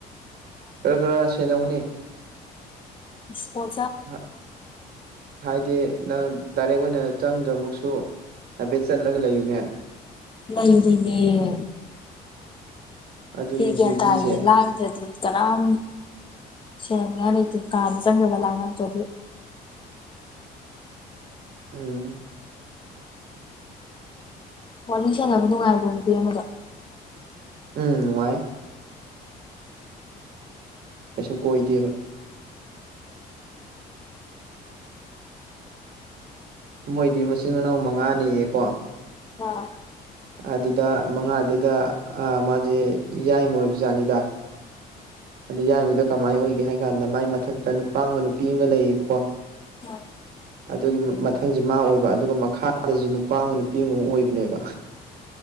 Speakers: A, on the right; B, on the left.
A: ꯈꯔ ꯈꯔ ꯁꯦꯟꯅꯧꯅꯦ
B: ꯏꯁ ꯐꯣꯟ
A: ꯍꯥ ꯍꯥꯏꯗꯤ ꯅꯪ ꯗꯥꯏꯔꯦꯛ ꯑꯣꯏꯅ ꯆꯪꯗ꯭ꯔꯃꯛꯁꯨ ꯍꯥꯏꯐꯦꯠ ꯆꯠꯂꯒ ꯂꯩꯌꯨꯅꯦ
B: ꯂꯩꯔꯤꯅꯦ
A: ꯑꯗꯨꯅꯤ
B: ꯉꯁꯤꯗꯤ ꯒꯌ꯭ꯥꯟ
A: ꯗ꯭ꯌꯨꯇꯤꯁꯦ
B: ꯇꯥꯢꯌꯦ ꯂꯥꯡꯗꯔ꯭ ꯗꯤ ꯀꯅꯥꯝ ꯁꯦꯅꯅꯤꯡꯉꯥꯏ ꯂꯩꯇꯦ ꯀꯥꯗꯥ ꯆꯪꯉꯥ ꯂꯥꯡꯉꯛꯇ
A: ꯎꯝ
B: ꯋꯥꯔꯤ ꯁꯥꯟꯅꯕ ꯅꯨꯡꯉꯥꯏꯕ꯭ꯔꯣ ꯅꯨꯄꯤ ꯑꯃꯗꯣ
A: ꯎꯝ ꯅꯨꯡꯉꯥꯏ ꯀꯩꯁꯨ ꯀꯣꯏꯗꯦꯕ ꯃꯣꯏꯗꯤ ꯃꯆꯤꯟ ꯃꯅꯥꯎ ꯃꯉꯥꯅꯤꯌꯦꯀꯣ
B: ꯑꯥ
A: ꯑꯗꯨꯗ ꯃꯉꯥꯗꯨꯗ ꯃꯥꯁꯦ ꯌꯥꯏꯃ ꯑꯣꯏꯕ ꯖꯥꯠꯅꯤꯗ ꯑꯗꯨ ꯌꯥꯏꯃꯗꯣ ꯀꯃꯥꯏꯅ ꯑꯣꯏꯒꯦ ꯍꯥꯏ ꯀꯥꯟꯗ ꯃꯥꯏ ꯃꯊꯛꯇ ꯅꯨꯄꯥ ꯑꯃꯒ ꯅꯨꯄꯤ ꯑꯃꯒ ꯂꯩꯌꯦꯕꯀꯣ
B: ꯎꯝ
A: ꯑꯗꯨꯒꯤ ꯃꯊꯪꯁꯦ ꯃꯥ ꯑꯣꯏꯕ ꯑꯗꯨꯒ ꯃꯈꯥꯗꯁꯨ ꯅꯨꯄꯥ ꯑꯃꯒꯥ ꯅꯨꯄꯤ ꯑꯃꯒ ꯑꯣꯏꯕꯅꯦꯕ